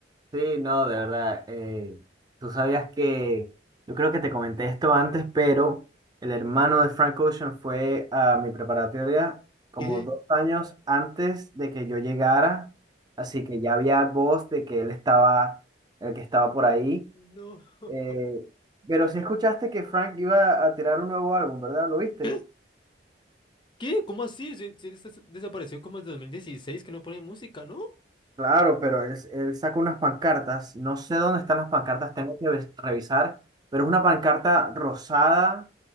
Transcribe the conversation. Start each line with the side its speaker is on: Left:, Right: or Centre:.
Right: Sí, no, de verdad. eh, tú sabías que, yo creo que te comenté esto antes, pero el hermano de Frank Ocean fue a mi preparatoria como
Left: ¿Qué?
Right: dos años antes de que yo llegara, así que ya había voz de que él estaba, el que estaba por ahí.
Left: No. <laughs>
Right: Eh, pero sí escuchaste que Frank iba a tirar un nuevo álbum, ¿verdad? ¿Lo viste?
Left: ¿Qué? ¿Qué? ¿Cómo así? Si, si él está- desapareció como desde 2016, que no pone música, ¿no?
Right: Claro, pero él, él sacó unas pancartas. No sé dónde están las pancartas, tengo que ves- revisar, pero es una pancarta rosada,